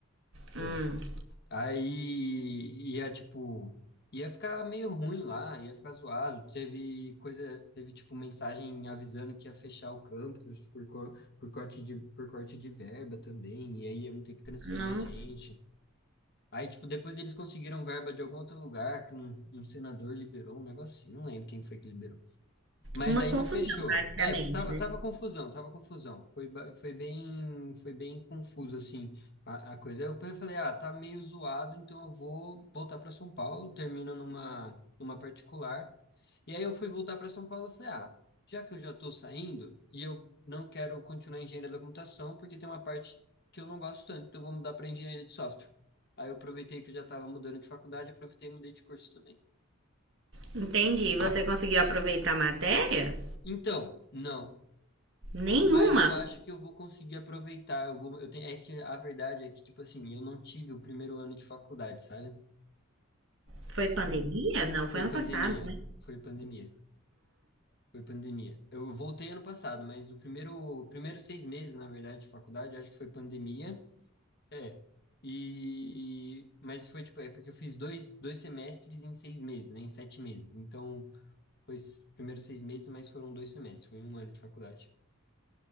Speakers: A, on the right; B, on the left.
A: Hum,
B: É, Aí ia, tipo, ia ficar meio ruim lá, ia ficar zoado. Teve coisa, teve, tipo, mensagem avisando que ia fechar o campus por, co- por corte de, por corte de verba também, e aí iam ter que transferir
A: não,
B: a gente. Aí, tipo, depois eles conseguiram verba de algum outro lugar que um, um senador liberou um negócio assim, não lembro quem foi que liberou. Mas
A: uma
B: aí
A: confusão,
B: não fechou.
A: basicamente,
B: É, fu- tava,
A: né?
B: tava confusão, tava confusão. Foi, ba- foi bem, foi bem confuso, assim, a, a coisa. Aí eu pe- falei, ah, tá meio zoado, então eu vou voltar para São Paulo, termino numa, numa particular. E aí eu fui voltar para São Paulo e falei, ah, já que eu já estou saindo e eu não quero continuar em engenharia da computação, porque tem uma parte que eu não gosto tanto, então eu vou mudar para engenharia de software. Aí eu aproveitei que eu já estava mudando de faculdade, aproveitei e mudei de curso também.
A: Entendi. E você conseguiu aproveitar a matéria?
B: Então, não.
A: Nenhuma.
B: Mas eu acho que eu vou conseguir aproveitar. Eu vou, eu tenho, é que a verdade é que, tipo assim, eu não tive o primeiro ano de faculdade, sabe?
A: Foi pandemia? Não, foi
B: Foi
A: ano
B: pandemia,
A: passado, né?
B: foi pandemia, foi pandemia. Eu voltei ano passado, mas o primeiro, primeiro seis meses, na verdade, de faculdade, eu acho que foi pandemia. É. E, mas foi, tipo, é porque eu fiz dois, dois semestres em seis meses, né? Em sete meses. Então, foi os primeiros seis meses, mas foram dois semestres. Foi um ano de faculdade.